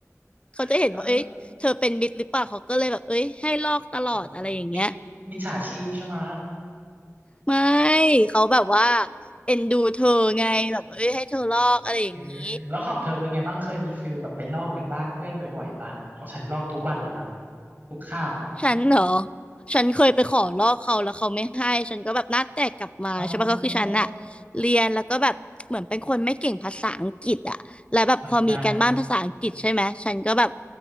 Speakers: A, on the left; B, on the right.
A: เขาจะเห็นว่าเอ้ยเธอเป็นมิตรหรือเปล่าเขาก็เลยแบบเอ้ยให้ลอกตลอดอะไรอย่างเงี้ย
B: <laughs> เอออ่ามิจมิจฉาชีพใช่ไหม
A: ไม่เขาแบบว่าเอ็นดูเธอไงแบบเอ้ยให้เธอลอกอะไรอย่างนี้
B: อืมเออแล้วของเธอเป็นไงบ้างเคยมีฟิลแบบไปลอกกันบ้านเพื่อนบ่อยๆปะของฉันลอกทุกวันเลยนะทุกคาบอ่ะ
A: ฉันเหรอฉันเคยไปขอลอกเขาแล้วเขาไม่ให้ฉันก็แบบหน้าแตกกลับมาใช่ปะก็คือฉันอะ
B: เอา
A: เรียนแล้วก็แบบเหมือนเป็นคนไม่เก่งภาษาอังกฤษอะแล้วแบบพอมีการบ้านภาษาอังกฤษใช่ไหมฉันก็แบบ
B: เหมือนกัน